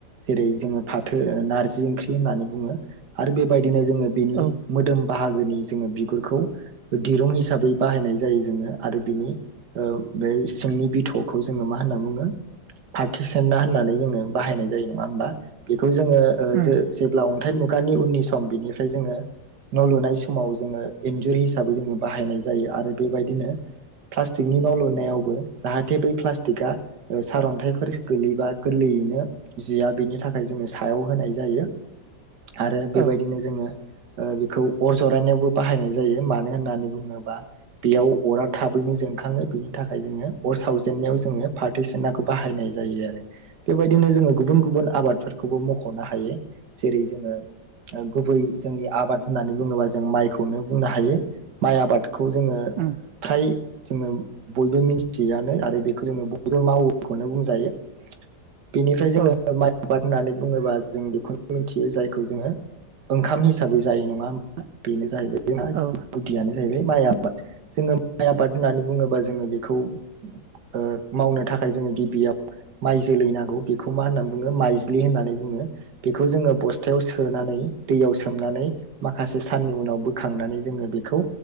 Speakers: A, on the right; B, on the right.
A: जेरै जोंङो फाथो ओ नारजि ओंख्रि होननानै बुंङो आरो बेबायदि दिनै जोंङो बिनि
B: ओ
A: मोदोम बाहागोनि जोंङो बिगुरखौ दिरुं हिसाबै बाहायनाय जायो जोंङो आरो बिनि ओ नि बिथ'खौ जोंङो मा होनना बुंङो फाथो सेना होनना जोंङो बाहायनाय जायो नंङा होमबा बिखौ जोंङो ओ
B: उम
A: जो-जेब्ला अनथाइ मु गानि उननि सम बिनिफ्राय जोंङो न लुनाय समाव जोंङो इन्जुर हिसाबै जोंङो बाहायनाय जायो आरो बेबायदिनो प्लास्टिकनि न लुनायावबो जाहाथे बै प्लास्टिका सारन्थाइफोर गोलैबा नो जिया बेनि थाखाय जोंङो सायाव होनाय जायो आरो बेबायदिनो
B: औ
A: जोंङो ओ बेखौ अर जरायनायावबो बाहायनाय जायो मानो होननानै बुंङोबा बेयाव अरा थाबैनो जों। मोनखाङो बिनि थाखाय जोंङो अर सावजेनन्नायाव जोंङो फाथो सेनाखौ बाहायनाय जायो आरो। बेबायदिनो जोंङो गुबुन गुबुन आबादफोरखौबो मखनो हायो जेरै जोंङो ओ गुबै। जोंनि आबाद होननानै बुंङोबा जों माइखौनो बुंनो हायो माइ आबाद। खौ जोंङो
B: उम
A: फ्राय जोंङो बयबो मिथियोयानो आरो बेखौ जोंङो बयबो मावो। खौनो बुंजायो। बेनिफ्राय जोंङो
B: औ ओ उम औ उम औ उम
A: माइ आबाद होननानै बुंङोबा जों बेखौनो मिथियो जायखौ जोंङो। ओंखाम हिसाबै जायो नंङा होमा बेनो जाहैबाय।
B: औ ओ उम
A: गुदियानो जाहैबाय माइ आबाद जोंङो माइ आबाद होननानै बुङोबा जोंङो बेखौ। ओ मावनो थाखाय जोंङो गिबियाव। माइ जोलै नांगौ बेखौ मा होननानै बुंङो माइज्लि होननानै बुंङो बे। बेखौ जोंङो बस्थायाव सोनानै। दैयाव सोमनानै माखासे साननि उनाव बोखांनानै जोंङो बेखौ